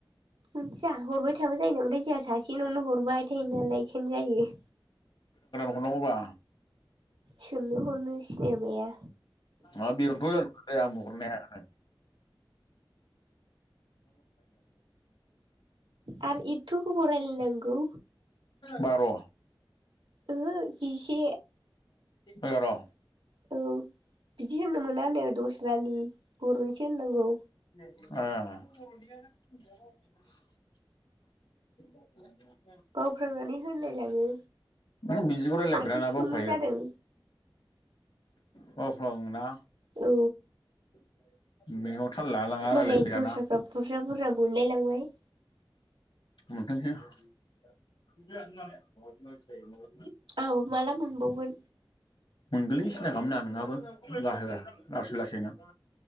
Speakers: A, on the right; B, on the left.
A: मिथिया हरबाय थाबो जायो नामाथाय जोंहा सासे नावनो हरबाय थायो नालाय बेखायनो जायो
B: र नांगौबा
A: सोंनो हरनो सिनाया माया
B: हा बेयावनोथ' जादों खोथाया आंबो हरनाया नोंनो
A: आरो इथुखौ गोबाव रायलाय नांगौ
B: बार'
A: ओहो जिसे
B: एगार'
A: औ बिदि होननो मोनानो दस रानि बर'निसो होननांगौ
B: आ <inaudible>
A: बावफ्लांनानै होनलायलाङो
B: नों बिदिखौ रायलायफेराना
A: दासो सिनि
B: बावखायो
A: जादों
B: बावफ्लाङोना
A: औ
B: <unintelligible> रायलायफेराना
A: मालाय दस्राफ्रा बुर बुरजा बुरजा बुनलाय लांबाय
B: मोनथामसो
A: औ माला मोनबावगोन
B: मोनगोनलै सिनथा खालाम नाङा नोंहाबो बाहागोआ लासै लासैनो लासै